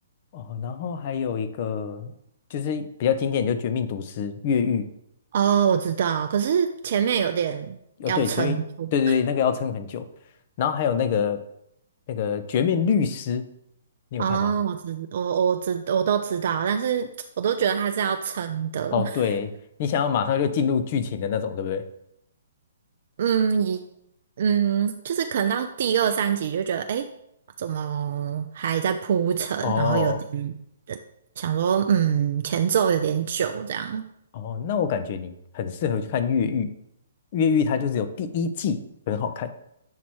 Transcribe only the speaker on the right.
哦，我知道，可是前面有点要撑住
哦，我知我我知我都知道，但是我都觉得它是要撑的。
<laughs>
嗯，一嗯，就是可能到第二三集就觉得，诶，怎么还在铺陈？
然后有点想说，嗯，前奏有点久，这样。